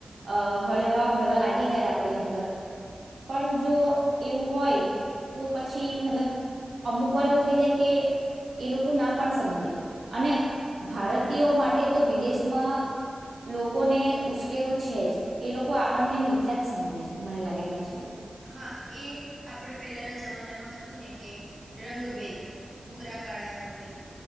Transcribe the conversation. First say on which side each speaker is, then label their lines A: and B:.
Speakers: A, on the right (about 85°); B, on the right (about 35°).
A: અ હળવા ભળવા લાગી જાય આપડી અંદર પણ જો
B: હા
A: એવું હોય તો પછી મતલબ અમુક વાર એવું થઈ જાય કે એ લોકો ના પણ સમજે અને ભારતીયો માટે તો વિદેશમાં લોકોને ઉશ્કેરો છે જ એ લોકો આપણને નીચા જ સમજે છે મને લાગે ત્યાં સુધી
B: હા એ આપણે પહેલાના જમાનામાં હતું ને કે રંગ ભેદ ભુરાકાળા નો ભેદ